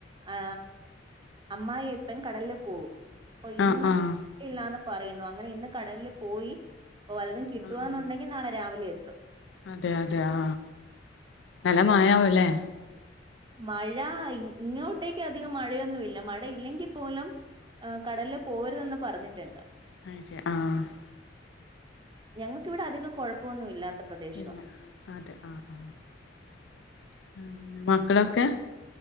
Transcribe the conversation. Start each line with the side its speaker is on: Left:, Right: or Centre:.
Right: ആ അമ്മായിഅപ്പൻ കടലില് പോകും അപ്പൊ ഇന്ന്
Left: ആഹ് ആഹ്
Right: ഇല്ലാന്ന് പറയുന്നു അങ്ങനെ ഇന്ന് കടലില് പോയി ഓ വല്ലതും കിട്ടുകവാന്നുണ്ടെങ്കിൽ
Left: ആഹ് ആഹ്
Right: നാളെ രാവിലെ എത്തും
Left: അതെ അതെ ആ നല്ല മായാവല്ലേ
Right: മഴ ഇങ്ങോട്ടേക്ക് അധികം മഴയൊന്നുല്ല മഴയില്ലെങ്കിൽ പോലും ഹ് കടലിൽ പോവരുതെന്ന് പറഞ്ഞിട്ടുണ്ട്
Left: അച്ച ആ <unintelligible>
Right: ഞങ്ങക്കിവിടെ അധികം കുഴപ്പൊന്നും ഇല്ലാത്ത പ്രദേശവാ
Left: ഇല്ല അതെ ആ ആ മക്കളൊക്കെ